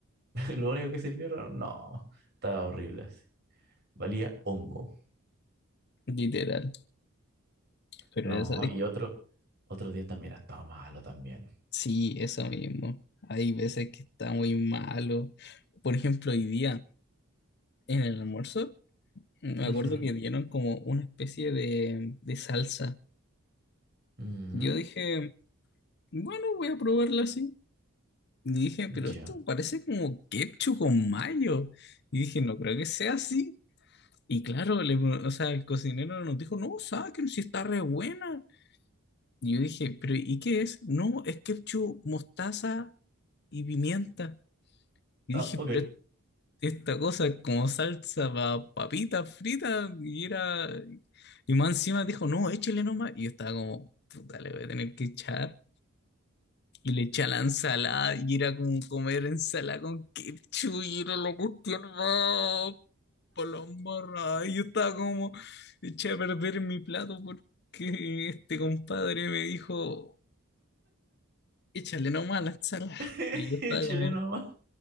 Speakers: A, on the right; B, on the left.
A: <laughs> Lo único que sirvieron, no, estaba horrible así, valía hongo.
B: literal. Pero
A: No,
B: eso, eh,
A: y otro, Otros días también ha estado malo también.
B: sí, eso mismo. Hay veces que está muy malo. Por ejemplo, hoy día en el almuerzo, me
A: Ujú,
B: acuerdo que dieron como una especie de, de salsa.
A: mm,
B: Yo dije, bueno, voy a probarla así. Y dije,
A: ya.
B: pero esto parece como ketchup con mayo. Y dije, no creo que sea así. Y claro, le- o sea, el cocinero nos dijo, no, saquen si está re buena. Y yo dije, pero ¿y qué es? No, es ketchup, mostaza y pimienta. Y
A: Ah,
B: dije,
A: ok.
B: pero esta cosa es como salsa para papitas fritas y era... Y más encima dijo, no, échale nomás. Y yo estaba como, puta, le voy a tener que echar. Y le eché a la ensalada y era como comer ensalada con ketchup y era la cuestión más palombarra. Y yo estaba como, eché a perder mi plato porque este compadre me dijo, échale nomás a la ensalada.
A: <laughs>
B: Y yo estaba
A: Chileno
B: como...
A: más.